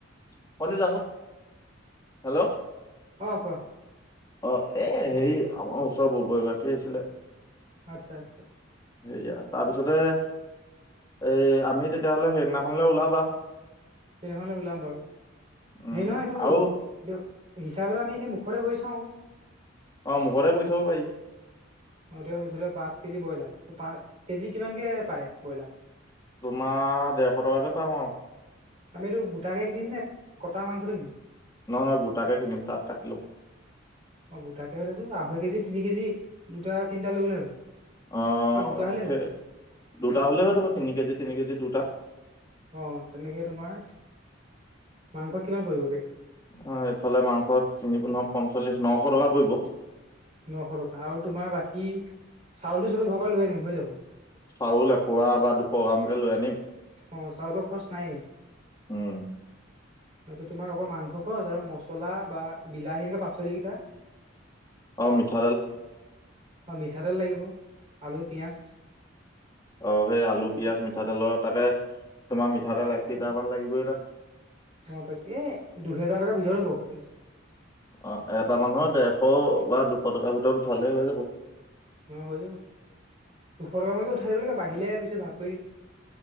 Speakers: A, on the left; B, on the right.
A: <unintelligible> যাহ হেল্ল'।
B: অ', কোৱা?
A: অ', এ হেৰি আমাৰ ওচৰৰ <unintelligible> এগৰাকি আহিছিলে।
B: আচ্ছা, আচ্ছা।
A: সেয়া তাৰপিছতে, এই আমি তেতিয়াহ'লে সেইদিনাখনলে ওলাবা।
B: সেইদিনাখনলে ওলাম বাৰু,
A: উম
B: হেৰি নহয় এইটো
A: আৰু
B: হিচাপে এটা আমি এনে মুখৰে কয় চাও।
A: অ', মুখতে কৈ চাব পাৰি।
B: অ', এতিয়া ধৰি লোৱা পাঁচ কেজি ব্ৰইলাৰ তো পাঁচ কেজি কিমানকৈ পাৰে ব্ৰইলাৰ।
A: তোমাৰ দেৰশ টকাকে পাম আৰু।
B: আমি এইটো গোটাকে কিনিম নে, কটা মাংসটো কিনিম?
A: নহয় নহয় গোটাকে কিনিম, তাত কাটি লম।
B: অ', গোটাকে হ'লেতো আঢ়ৈ কেজি, তিনি কেজি দুটা তিনটা লৈ গ'লে হ'ল।
A: অ',
B: দুটা হ'লে হৈ
A: সেই
B: যাব
A: দুটা হ'লে হৈ যাব, তিনি কেজি তিনি কেজি দুটা।
B: অ', তেনেকে তোমাৰ, মাংসত কিমান পৰিবগে।
A: অ' এইফালে মাংস তিনি পোন্ধ পঞ্চল্লিশ নশ টকা পৰিব।
B: নশ টকা, আৰু তোমাৰ বাকী চাউলটো চবে ঘৰ পৰা লৈ আনিম হৈ যাব।
A: চাউল এ পোৱা বা দুশ গ্ৰামকে লৈ আনিম
B: অ' চাউলৰ খৰচ নাইয়ে।
A: উম
B: আচ্ছা টো তোমাৰ অকল মাংস খৰছ আৰু মছলা বা বিলাহী সেনেকে পাচলি কেইটা
A: আৰু মিঠাতেল।
B: অ' মিঠাতেল লাগিব আলু পিঁয়াজ
A: অ' সেই আলু পিঁয়াজ মিঠাতেলৰ তাকে তোমাৰ মিঠাতেল এক লিটাৰমান লাগিবই ন
B: অঁ তাকে দুহেজাৰ টকাৰ ভিতৰত হ'ব খুব বেছি।
A: অ' এটা মানুহৰ ডেৰশ বা দুশ টকাৰ ভিতৰত উঠালেই হৈ যাব।
B: অঁ হৈ যাব, দুশ টকাকৈ উঠাই দিব লাগে বাহিলে পিছত ভাগ কৰি দিম।